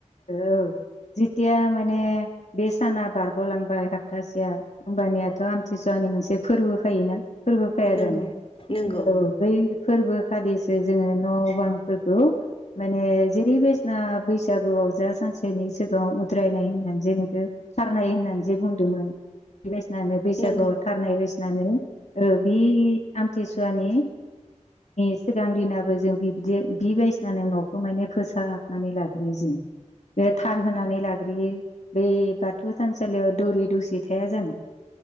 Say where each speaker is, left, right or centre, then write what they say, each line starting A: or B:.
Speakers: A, on the left (about 65°); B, on the left (about 45°).
A: औ जेथिया माने बे साना बारग'लांबाय हापतासेया होमबानियाथ' आमथिसुवानि मोनसे फोरबो फैयोना फोरबो फैया
B: नंगौ
A: जानो
B: नंगौ
A: औ बै फोरबो खालिसो जोङो न' बांफोरखौ माने जेरै बासिना बैसो बैसागोआव जा सानसेनि सिगाङाव उद्रायनाय होननानैसे नोंखौ खारनाय होननानै जे बुंदोंमोन। बे बादिनो बैसागुआव
B: नंगौ
A: थारनाय बायसिनानो बे आमथिसुवानि सिगां दिनाबो जों बिदि बि बायदियावनो न'खौ माने फोसाबनानै लायो। राइजो बे थार होनानै लाग्रोयो बे बाथौ थानसालियाव दौरि दौसि थाया जानो।